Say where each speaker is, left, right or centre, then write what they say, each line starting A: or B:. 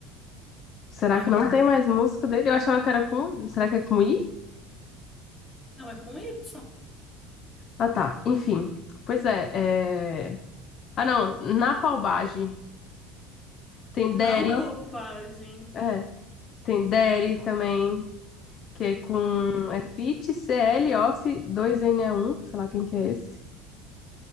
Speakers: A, on the left; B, on the left.
A: Será
B: Uai,
A: que não tem mais música dele? Eu achava que era com. Será que é com I?
B: não é com Y?
A: Ah, tá. Enfim. Pois é, é... Ah, não. Na Palbagem tem
B: Não
A: Derry.
B: popagem.
A: É, tem Derry também, que é
B: Uhum.
A: com. É Fit CL Off 2NE1. Sei lá quem que é esse.